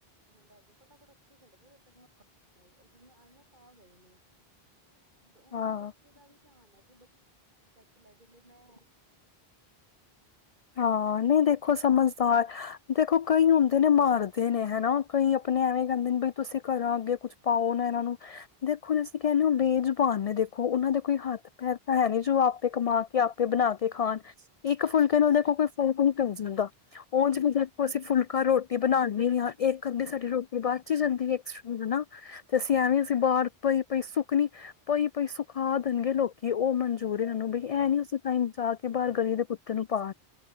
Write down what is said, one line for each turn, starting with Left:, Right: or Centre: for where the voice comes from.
Right: ਲੈ ਜੇ ਫਟਾਫਟ ਉੱਥੇ ਖੜੇ ਜਦੋਂ ਮੈਂ ਆਈ ਅ ਜਦੋਂ ਮੈਂ ਆਈ ਤਾਂ ਗਏ ਨੇ। ਉਹਨਾਂ
Left: ਹਾਂ
Right: ਨੂੰ ਬੱਚੇ ਦਾ ਵੀ ਧਿਆਨ ਹੈ ਕਿ ਬ ਚੱਕ ਲੈ ਜ ਮੈਂ
Left: ਹਾਂ ਨਹੀਂ ਦੇਖੋ ਸਮਝਦਾਰ ਦੇਖੋ ਕਈ ਹੁੰਦੇ ਨੇ ਮਾਰਦੇ ਨੇ ਹਨਾ। ਕਈ ਆਪਣੇ ਐਵੇਂ ਕਹਿੰਦੇ ਨੇ ਬ ਤੁਸੀਂ ਘਰੋਂ ਅੱਗੇ ਕੁਛ ਪਾਓ ਨਾ ਇਹਨਾਂ ਨੂੰ। ਦੇਖੋ ਜ ਅਸੀਂ ਕਹਿੰਦੇ ਹੋ ਬੇਜੁਬਾਨ ਨੇ ਦੇਖੋ ਉਹਨਾਂ ਦੇ ਕੋਈ ਹੱਥ ਪੈ ਤਾਂ ਹੈ ਨੀ ਜੋ ਆਪੇ ਕਮਾ ਕੇ ਆਪੇ ਬਣਾ ਕੇ ਖਾਣ ਇੱਕ ਫੁਲਕੇ ਨੂੰ ਉਹਦੇ ਕੋਈ ਫੁਲ ਪ ਜਾਂਦਾ ਉਝਿਵੇ ਕੋ
Right: ਚੱਲ
Left: ਅਸੀਂ ਫੁਲਕਾ ਰੋ ਟੀ ਬਣਾਉਂਦੇ ਹਾਂ ਇੱਕ ਅੱਧੀ ਸਾਡੀ ਰੋਟੀ ਬਾਅਦ ਚ ਹੀ ਜਾਂਦੀਸਟ ਹਨਾ ਤੇ ਅਸੀਂ
Right: ਬਿਲਕੁਲ
Left: ਐਵੇਂ ਅਸੀਂ ਬਾਹਰ ਪਈ ਪਈ ਸੁੱਕਨੀ ਭਾਈ ਭਾਈ ਸੁਖਾ ਦੇਣਗੇ ਲੋਕੀ ਉਹ ਮਨਜੂੂਰ ਇਹ ਨੂੰ ਬਈ ਇਹਂ ਨੀ ਉਸ ਟਾਈਮ ਜਾ ਕੇ ਬਾਹਰ ਗਲੀ ਦੇ ਕੁੱਤੇ ਤਨੂੰ ਪਾ